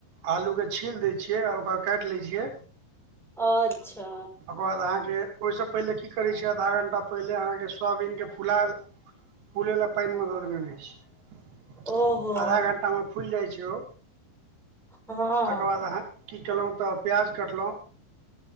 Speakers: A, on the right; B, in the centre.
A: आलूके छील दै छियै आ ओकरा काटि लै छियै।
B: अच्छा
A: ओकर बाद अहाँके, ओइसं पहिले की करै छिअइ आधा घंटा पहिले अहाँके सोआबीनके फुला फूलै ले पानि मे द देने रहै छिअइ,
B: ओहो
A: आधा घंटामे फुलि जाइ छै ओ
B: हँ
A: तकर बाद अहाँ की केलौ त प्याज कटलौ।